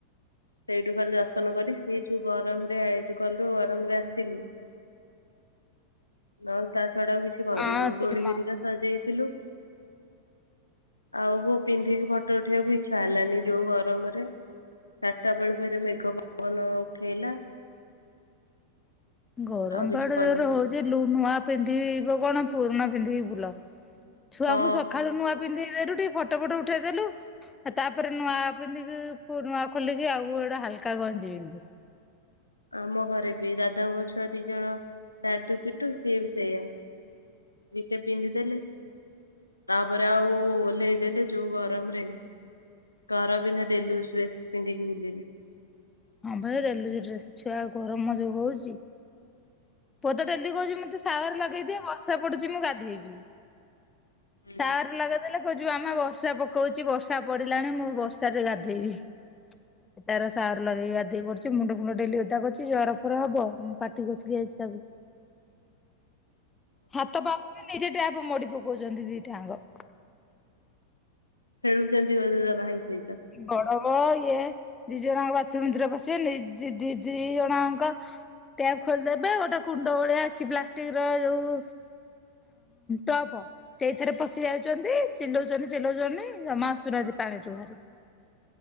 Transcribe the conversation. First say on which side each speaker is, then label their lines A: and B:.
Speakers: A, on the left (about 80°); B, on the left (about 15°).
A: ସେଇଠୁ ଖାଲି ଦର୍ଶନ କରି ସିଏ ଯୋଉ ଗରମ ରେ <unintelligible> କଲୁ ଗରାମରେ ଆସିଲୁ। ନହେଲେ ତା ଛଡା ଅଉ କିଛି କରିନୁ
B: ହଁ ସେଠି
A: ଦୋଳି
B: ମ
A: ଘରିକା ସଜେଇଥିଲୁ ଆଉ ପିନ୍ଧିକି ଫଟୋ ଉଠେଇବାକୁ ଇଚ୍ଛା ହେଲାନି ଯୋଉ ଗରମରେ ଚାରିଟା ବେଳେ ଫେରେ ମେଘ ପବନ ଉଠେଇଲା।
B: ଗରମ
A: ଆଉ କିଛି
B: ତ ଏଡେ
A: କଲୁନୁ।
B: ଜୋରେ ହଉଛି ଲୁ ନୂଆ ପିନ୍ଧିବ କଣ? ପୁରୁଣା ପିନ୍ଧିକି ବୁଲ ଛୁଆଙ୍କୁ
A: ହଁ
B: ସକାଳୁୂ ନୂଆ ପିନ୍ଦେ ନୂଆ ରୁ ଟିକେ ଫଟୋ ଫଟୋ ଉଠେଇଦେଲୁ ତାପରେ ନୂଆ ପିନ୍ଧିକି ପୁରୁଣା ଖୋଲିକି ଆଉ ଗୋଟେ ହାଲକା ଗଞ୍ଜି ପିନ୍ଧିଲୁ
A: ଆମ ଘରେ ବି ଦାଦାଙ୍କ ଛୁଆ ଦି ଜଣ ଡାଡୁ କିଟୁ ସିଏ ବି ସେଇଆ ଟିକେ ପିନ୍ଧି ଦେଲେ ତାପରେ ଆଉ ଓହ୍ଲେଇ ଦେଲେ ଯୋଉ ଗରମରେ ଘର ପିନ୍ଧା ଡେଲି ଇଉଯ ଡ୍ରେସ ପିନ୍ଧିକି ବୁଲିଲେ।
B: ହଁ ଭାଇ ଡେଲି ଇଉଜ ଡ୍ରେସ୍ ଛୁଆ ଆଉ ଗରମ ଯୋଉ ହଉଚି। <unintelligible> ଡେଲି କହୁଛି ମୋତେ ସାୱାର ଲଗେଇଦିଅ। ବ <unintelligible> ଆସା ପଡୁଛି ମୁଁ ଗାଧେଇବି
A: ହଁ
B: ସାର ଲଗେଇ ଦେଲେ କହିଛି ମାମା ବର୍ଷା ପକଉଛି ବର୍ଷା ପଡିଲାଣି ମୁଁ ବର୍ଷାରେ ଗାଧେଇବି ସେ ତାର ସାୱାର୍ ଲଗେଇ ଗାଧେଇ ପଡୁଛି ମୁଣ୍ଡ ଫୁଣ୍ଡ ଡେଲି ଓଦା କରୁଛି ଜର ଫର ହବ ପାଟି କରୁଥିଲି ଆଜି। ତାକୁ ହାତ ପାଉନି ନିଜେ ଟ୍ୟାପ ମୋଡ଼ି ପକ କହୁଚନ୍ତି ଦି ଟାଙ୍ଗ
A: ଖେଳୁଚନ୍ତି ବୋଧେ ତା ଭାଇ ସହିତ।
B: କଡ଼ମ ଇଏ ଦି ଜଣଯାକ ବାଥରୁମ ଭିତରେ ପଶିଗଲେ। ଦି ଦି ଜଣଙ୍କ ଟ୍ୟାବ ଖୋଲିଦେବେ। ଗୋଟେ କୁଣ୍ଡ ଭଳିଆ ଅଛି ପ୍ଲାଷ୍ଟିକ ର ଯୋଉ ଟପ। ସେଇଥିରେ ପଶି ଯାଉଚନ୍ତି। ଚିଲଉଚନ୍ତି ଚିଲଉଚନ୍ତି ଜମା ଆସୁନାହାନ୍ତି ପାଣିରୁୁ ବାହାରି।